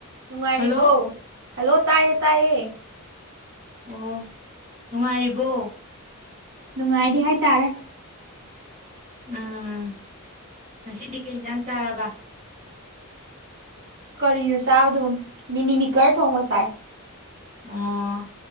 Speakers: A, on the right; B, on the right.
A: ꯅꯨꯡꯉꯥꯏꯔꯤꯕꯣ
B: hello
A: hello ꯇꯥꯏꯔꯦ ꯇꯥꯏꯌꯦ
B: ꯑꯣ ꯅꯨꯡꯉꯥꯏꯔꯤꯕꯣ
A: ꯅꯨꯡꯉꯥꯏꯔꯤ ꯍꯥꯏꯇꯥꯔꯦ
B: ꯎꯝ ꯉꯁꯤꯗꯤ ꯀꯩ ꯏꯟꯖꯥꯡ ꯆꯥꯔꯕ
A: ꯀꯔꯤꯅꯣ ꯆꯥꯕꯗꯨꯕ ꯃꯤꯅꯤꯃꯤꯀꯔ ꯊꯣꯡꯕ ꯆꯥꯏ
B: ꯑꯣ